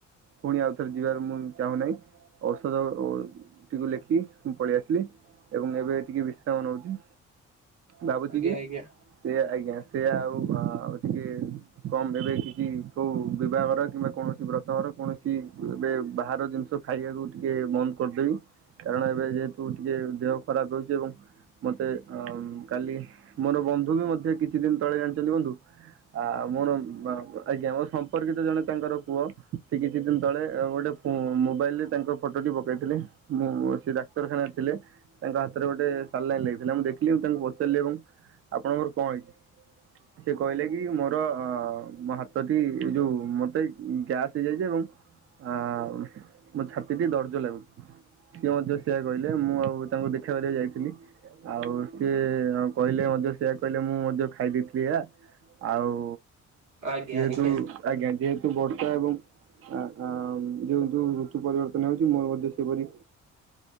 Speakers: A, on the right (about 50°); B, on the right (about 75°).
A: ପୁଣି ଆଉଥରେ ଯିବାର ମୁଁ ଚାହୁଁନାହିଁ। ଔଷଧ ଟିକୁ ଲେଖି ମୁଁ ପଳେଇ ଆସିଲି ଏବଂ ଏବେ ଟିକେ ବିଶ୍ରାମ ନଉଚି। ଭାବୁଚି
B: ଆଜ୍ଞା
A: କି
B: ଆଜ୍ଞା
A: ସେ ଆଜ୍ଞା ସେ ଆଉ ଆଉ ଟିକେ କମ୍ ଏବେ କିଛି କଉ ବିବାହଘର କିମ୍ବା କୌଣସି ବ୍ରତ ଘର କୌଣସି ଏବେ ବାହାର ଜିନିଷ ଖାଇବାକୁ ଟିକେ ବନ୍ଦ୍ କରିଦେବି କାରଣ ଏବେ ଯେହେତୁ ଟିକେ ଦେହ ଖରାପ୍ ରହୁଚି ଏବଂ ମତେ ଆ- କାଲି ମୋର ବନ୍ଧୁ ବି ମଧ୍ୟ କିଛି ଦିନ ତଳେ ଜାଣିଚନ୍ତି ବନ୍ଧୁ ଆ- ମୋର। <unintelligible> ଆଜ୍ଞା ମୋ ସମ୍ପର୍କିତ ଜଣେ ତାଙ୍କର ପୁଅ ସେ କିଛି ଦିନ ତଳେ ଗୋଟେ ମୋବାଇଲ୍ ରେ ତାଙ୍କ ଫଟୋ ଟି ପକେଇଥିଲେ ମୁଁ ସେ ଡାକ୍ତରଖାନାରେ ଥିଲେ ତାଙ୍କ ହାତରେ ଗୋଟେ ସାଲାଇନ୍ ଲାଗଥିଲା ମୁଁ ଦେଖି ମୁଁ ତାଙ୍କୁ ପଚାରିଲି ଏବଂ ଆପଣଙ୍କର କଣ ହେଇଚି ସେ କହିଲେ କି ମୋର ମ ହାତଟି ଏଇ ଯଉ ମତେ ଗ୍ୟାସ୍ ହେଇଯାଇଚି ଏବଂ ଆ- ମୋ ଛାତିଟି ଦରଜ ଲାଗୁଚି। ସିଏ ମଧ୍ୟ ସେଇଆ କହିଲେ ମୁଁ ଆଉ ତାଙ୍କୁ ଦେଖା କରିବାକୁ ଯାଇଥିଲି ଆଉ ସିଏ କହିଲେ ମଧ୍ୟ ସେୟା କହିଲେ ମୁଁ ମଧ୍ୟ ଖାଇଦେଇଥିଲି ଏହା ଆଉ
B: ଆଜ୍ଞା
A: ଯେହେତୁ
B: ଆଜ୍ଞା
A: ଆଜ୍ଞା ଯେହେତୁ ବର୍ଷା ଏବଂ ଆଁ -ଆଁ ଦେଖନ୍ତୁ ଋତୁ ପରିବର୍ତ୍ତନ ହଉଚି ମୋର ମଧ୍ୟ ସେପରି